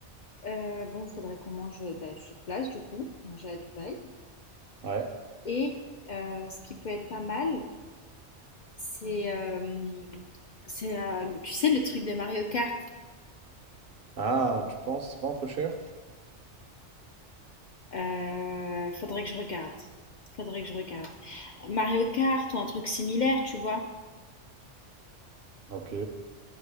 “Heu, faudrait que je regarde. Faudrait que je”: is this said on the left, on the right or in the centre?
Left